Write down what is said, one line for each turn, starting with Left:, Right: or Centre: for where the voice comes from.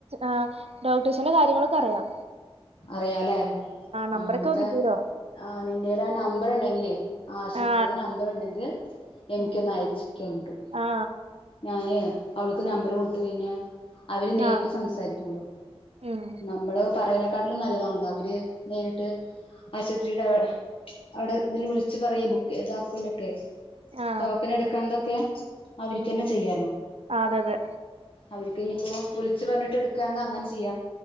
Right: ആഹ് ഡോക്ടേഴ്സിന്റെ കാര്യങ്ങളൊക്കെ അറിയാം
Left: അറിയാല്ലേ ആ
Right: നമ്പറൊക്കെ
Left: അവിടുത്തെ
Right: കിട്ടൂലോ
Left: ആഹ് നിന്റെൽ ആ നമ്പർ ഉണ്ടെങ്കിലേ ആശുപത്രിയുടെ
Right: ആ
Left: നമ്പർ ഉണ്ടെങ്കിൽ എനിക്കൊന്ന്
Right: ഉം.
Left: അയച്ചക്കണ്ടു
Right: ആ
Left: ഞാന് അവൾക്ക് നമ്പർ കൊടുത്ത് പിന്നെ അവര് നേരിട്ട്
Right: ആ
Left: സംസാരിക്കുമല്ലോ
Right: ഉം
Left: നമ്മള് പറയണ കാട്ടിലും നല്ലതാണല്ലോ അവര് നേരിട്ട് ആശുപത്രിയുടെ അവിടെ ഇതിൽ വിളിച്ചു പറയ ബുക്ക് ചെയ്താക്കലൊക്കെ
Right: ആ
Left: ടോക്കൻ എടുക്കണതൊക്കെ അവർക്ക് തന്നെ ചെയ്യാലോ
Right: ആ അതെ അതെ
Left: അവർക്ക് ഇനി ഇപ്പോ വിളിച്ച് പറഞ്ഞിട്ട് എടുക്കാങ്കെ അങ്ങനെ ചെയ്യാം